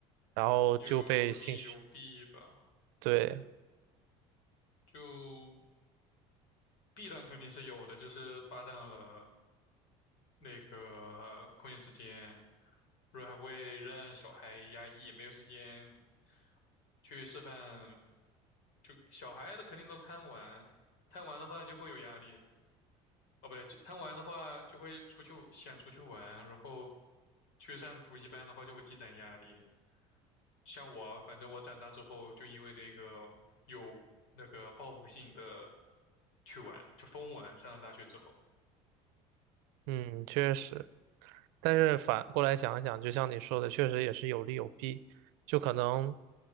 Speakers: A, on the right; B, on the left.
A: 然后就被兴趣，
B: 有利有弊吧。
A: 对，
B: 就弊端肯定是有的，就是霸占了那个空闲时间，不是还会让小孩压抑，没有时间去吃饭，就小孩的肯定都贪玩，贪玩的话就会有压力，哦，不对，就贪玩的话就会出去想出去玩，然后去上补习班的话就会积攒压力。像我，反正我长大之后就因为这个有那个报复性的去玩，就疯玩。上了大学之后。
A: 嗯，确实。但是反过来想一想，就像你说的，确实也是有利有弊。就可能，